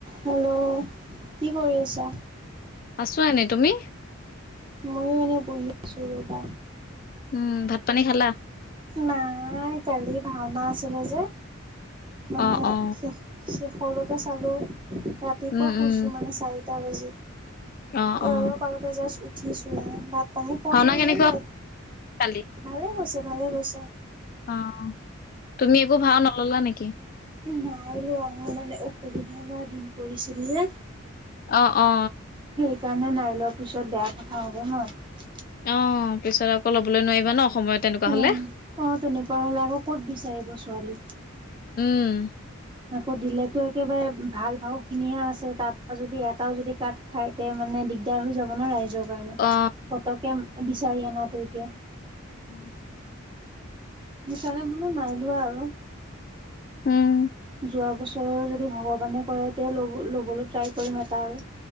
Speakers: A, on the right (about 25°); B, on the left (about 40°).
A: Hello কি কৰি আছা
B: আছো এনি তুমি
A: ময়ো এনেই বহি আছোঁ ৰ'বা
B: উম ভাত পানী খালা
A: নাই কালি ভাওনা আছিলে যে মানে
B: অ অ
A: শেষ শেষলৈকে চালো ৰাতিপুৱা
B: উম
A: শুইছো
B: উম
A: মানে চাই টা বাজ
B: অ
A: এই
B: অ
A: অলপ আগতে জাষ্ট উঠিছো হে তাত পানী পোৱা
B: ভাওনা
A: নাই
B: কেনেকুৱা
A: নাই
B: কালি
A: ভালে গৈছে ভালে গৈছে
B: অ তুমি একো ভাও নললা নেকি
A: নাই ৰোৱা মোৰ মানে অসুবিধা হোৱা দিন পৰিছিল যে
B: আহ অ
A: সেইকাৰণে নাই লোৱা পিছত বেয়া কথা হ'ব ন।
B: অ পিছত আকৌ লবলৈ নোৱাৰিবা ন। সময়ত তেনেকুৱা হলে
A: অ অ তেনেকুৱা হলে আকৌ ক'ত বিচাৰিব ছোৱালী।
B: উম
A: আকৌ দিলেতো একেবাৰে ভাল ভাও খিনিহে আছে তাৰ পৰা যদি এটাও যদি কাঠ খাই তে মানে দিগদাৰ হৈ যাব ন ৰাইজৰ কাৰণে
B: অ
A: পতকে বিচাৰি অনাতো এতিয়া
B: উম
A: বিচাৰে বোলো নাই লোৱা আৰু
B: উম
A: যোৱা বছৰৰ যদি ভগৱানে কৰে তে ল' ল'বলৈ ট্ৰাই কৰিম এটা আৰু